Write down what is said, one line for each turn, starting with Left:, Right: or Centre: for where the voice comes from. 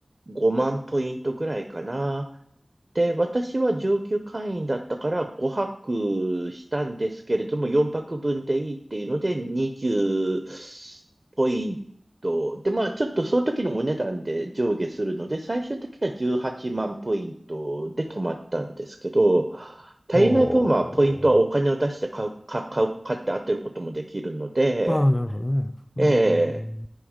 Right: 5万ポイントぐらいかな。で、私は上級会員だったから5泊したんですけれども、4泊分でいいっていうので20ポイント。で、まあちょっとその時のお値段で上下するので、最終的には18万ポイントで止まったんですけど、足りない分はポイントはお金を出して買う、
Left: おー
Right: か、買う、買って当てることもできるので、
Left: ああ、なるほどね。うん。
Right: ええ